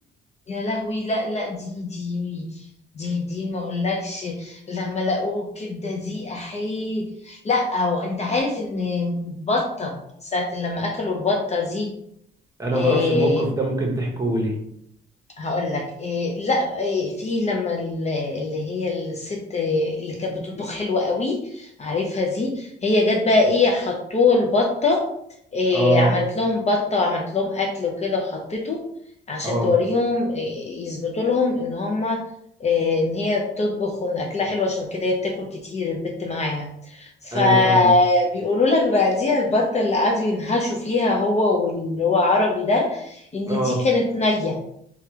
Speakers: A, on the left; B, on the right.
A: يا لهوي لا لا دي دي دي دي ما اقولكش لما لقوه الكبدة دي احيه لا وانت عارف ان بطة ساعة لما اكلوا البطة دي
B: انا
A: آه،
B: ما اعرفش الموقف ده ممكن تحكوه لي
A: هقول لك إيه لا إيه في لما ال- اللي هي الست اللي كانت بتطبخ حلوة قوي عارفها دي هي جت بقى ايه حطوه البطة إيه
B: اه
A: عملت لهم بطة وعملت لهم اكل وكده وحطيته عشان
B: اه
A: توريهم إيه يثبتوا لهم ان هما إيه ان هي بتطبخ وان اكلها حلو عشان كده هي بتاكل كتير البت معاها فبيقولوا
B: ايوه فاهمك
A: لك بقى دي البطة اللي قعدوا ينهشوا فيها هو واللي هو عربي ده ان
B: اه
A: دي كانت نية